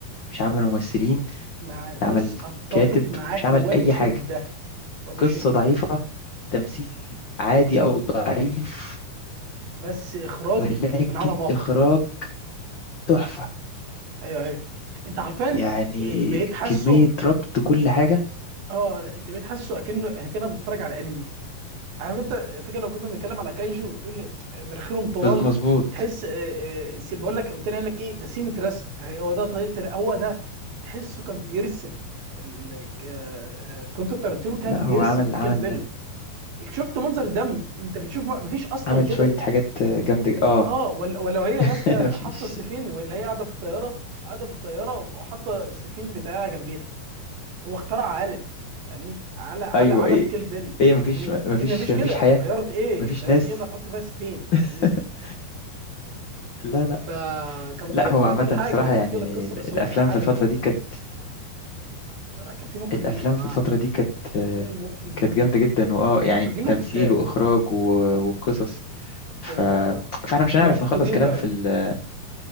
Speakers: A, on the left; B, on the right.
A: مش عمل ممثلين
B: مع بص
A: ده عمل
B: اتفق
A: كاتب
B: معاك
A: مش عمل
B: وبشده
A: أي حاجة
B: وبشده
A: قصة ضعيفة تمثيل عادي أو ضعيف
B: بس اخراج
A: ولكن
B: من عالم اخر
A: إخراج تحفة
B: ايوه ايوه انت عارفان
A: يعني
B: إيه، بقيت حاسه
A: كمية ربط كل حاجة
B: اه لا انت بقيت حاسه اكنه اكنه بتتفرج على انمي عارف انت فاكر لو كنا بنتكلم على كايجو وتقول لي مناخيرهم طوال
A: بز- مظبوط
B: تحس آه، آه، سي- بقول لك قمت أنا قايل لك ايه ده سيمة رسم يعني هو ده طريقه هو ده تحسه كان بيرسم ال- ك- آه، آه، كنت ترتيرو كان
A: لا
B: بيرسم
A: هو عمل
B: في
A: عمل
B: كيل بيل شفت منظر دم انت بتشوف ما فيش اصلا
A: عمل
B: كده
A: شوية حاجات جامدة اه
B: اه ولا ولو هي
A: <laughs>
B: ماسكه
A: مفيش
B: حاطه السفين ولا هي قاعده في الطياره قاعده في الطياره وحاطه السفين بتاعها جنبيها هو اخترع عالم فاهمني على على
A: ايوه
B: عالم
A: ايه
B: كيل بيل
A: ايه مفيش
B: فاهمني
A: مفيش
B: ان مفيش
A: مفيش
B: كده
A: حياة
B: طياره ايه
A: مفيش
B: طياره
A: ناس
B: ايه اللي هتحط فيها السفين
A: <laughs>
B: فاهمني
A: لا لا
B: فكان ضعيف
A: لا هو
B: من
A: عامة
B: كل حاجه
A: بصراحة
B: زي ما
A: يعني
B: قلت لك القصه
A: ال-
B: بس
A: الأفلام
B: هو كان عالم
A: في الفترة
B: كيل
A: دي
B: بيل
A: كانت
B: لا كان في مخرجين
A: الأفلام
B: يا جماعه
A: في الفترة دي كانت
B: كان
A: آه،
B: في مخرجين
A: كانت جامدة جدا واه يعني
B: مخرجين
A: تمثيل
B: وكتاب
A: وإخراج و- وقصص ف...
B: كتابه لا لا لا
A: فاحنا مش
B: احنا
A: هنعرف
B: مفتقدين
A: نخلص كلام
B: فعلا
A: في ال...